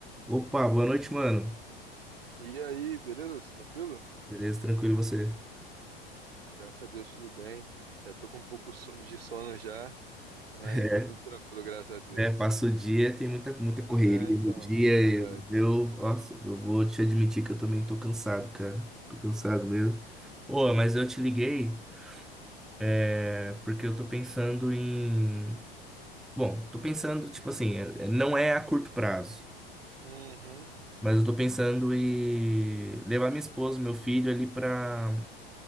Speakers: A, in the centre; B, on the right.
A: Opa, boa noite, mano.
B: E aí, beleza? Lutz? Tranquilo?
A: Beleza, tranquilo e você?
B: Graças a Deus, tudo bem. Já tô com um pouco sono- de sono já, mas
A: É,
B: tá tudo tranquilo, graças a Deus.
A: é, passa o dia, tem muita, muita correria
B: É, então,
A: no dia.
B: verdade.
A: e Eu, nossa, eu vou te admitir que eu também tô cansado, cara. Tô cansado mesmo. Ô, mas eu te liguei, é, porque eu tô pensando em. Bom, tô pensando, tipo assim, é- é- não é a curto prazo,
B: Uhum.
A: mas eu tô pensando em levar minha esposa, meu filho ali pra,